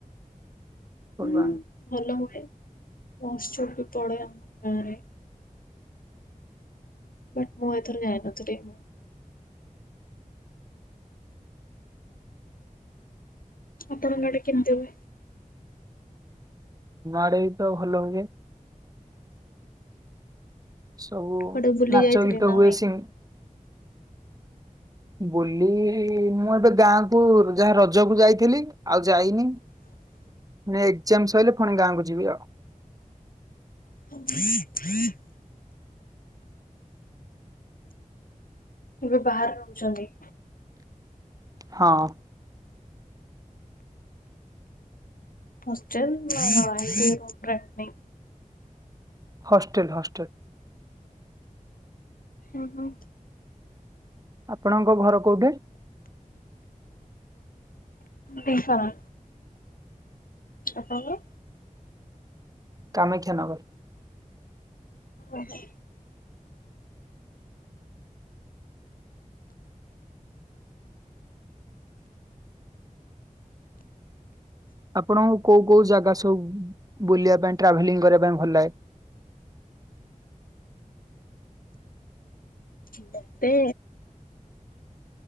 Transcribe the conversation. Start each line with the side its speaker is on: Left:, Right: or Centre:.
Left: ହୁଁ
Right: ପର୍ବାଣୀ?
Left: ଭଲ ହୁଏ ମହାଉତ୍ସବ ବି ପଡେ ଆମ ଗାଁରେ। ବଟ୍ ମୁଁ ଏଥର ଯାଇନଥିଲି। ଆପଣଙ୍କ ଆଡେ କେମିତି ହୁଏ?
Right: ଆମ ଆଡେ ବି ତ ଭଲ ହୁଏ। ସବୁ
Left: କୁଆଡେ ବୁଲି
Right: ନାଚ
Left: ଯାଇଥିଲେ
Right: ଗୀତ
Left: ନା
Right: ହୁଏ
Left: ନାଇଁ?
Right: ସି ବୁଲି ମୁଁ ଏବେ ଗାଁ କୁ ଯାହା ରଜକୁ ଯାଇଥିଲି ଆଉ ଯାଇନି।
Left: <inaudible>
Right: ଏକ୍ଜାମ ସଇଲେ ପୁଣି ଗାଁକୁ ଯିବି ଆଉ।
Left: <unintelligible> ଏବେ ବାହାରେ ରହୁଛନ୍ତି।
Right: ହଁ।
Left: ହଷ୍ଟେଲ ନା <unintelligible>
Right: ହଷ୍ଟେଲ ହଷ୍ଟେଲ।
Left: ଓହୋ।
Right: ଆପଣଙ୍କ ଘର କୋଉଠି?
Left: ଢେଙ୍କାନାଳ। ଆପଣଙ୍କର।
Right: କାମେକ୍ଷାନଗର।
Left: ଓହୋ।
Right: ଆପଣ ଙ୍କୁ କୋଉ କୋଉ ଜାଗା ସବୁ ବୁଲିବା ପାଇଁ ଟ୍ରାଭେଲିଂ କରିବା ପାଇଁ ଭଲ ଲାଗେ।
Left: ମତେ